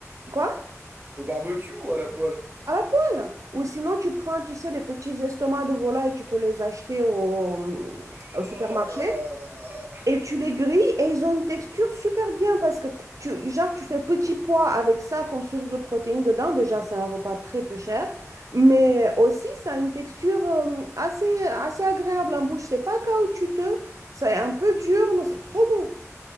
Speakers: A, on the right; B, on the right.
A: quoi?
B: Au barbecue ou à la poêle?
A: À la poêle. Ou sinon, tu prends, tu sais, les petits estomacs de volaille, tu peux les acheter au,
B: Ah
A: au supermarché. Et tu les grilles et ils ont une texture super bien parce que tu, genre, tu fais petit pois avec ça comme source de protéines dedans. Déjà, c'est un repas très peu cher, mais aussi ça a une texture euh, assez, assez agréable en bouche. C'est pas caoutchouteux, c'est un peu dur, mais c'est trop bon.